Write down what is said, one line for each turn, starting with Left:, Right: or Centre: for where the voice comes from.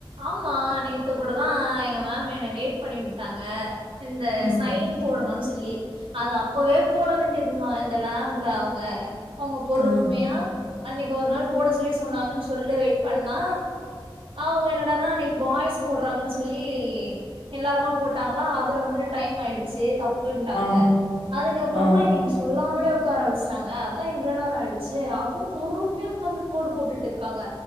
Right: ஆமா நேத்து கூட தான் எங்க மேம் என்னை லேட் பண்ணி விட்டாங்க இந்த
Left: ம்
Right: சைன் போடணுன் சொல்லி அது அப்பவே போட வேண்டியதுமா இந்த லேப்ல அவுங்க அவுங்க பொறுமையா
Left: ம்
Right: அன்னைக்கு ஒரு நாள் போட சொல்லி சொன்னாங்கன் சொல்ட்டு வெயிட் பண்ணா அவுங்க என்னடானா அன்னைக்கு பாய்ஸ் போடுறாங்கன்னு சொல்லி எல்லாருமா போட்டாங்களா அதில வந்துட்டு டைம் ஆகிடுச்சு தப்புட்டாங்க
Left: ஆ
Right: அதுக்கப்புறமா
Left: ஆ
Right: இன்னைக்கு சொல்லாமலே உக்கார வச்சிட்டாங்க அதான் இவ்ளோ நேரம் ஆயிடுச்சு அப்போ பொறும்மையா உக்காந்து கோடு போட்டுட்டு இருக்காங்க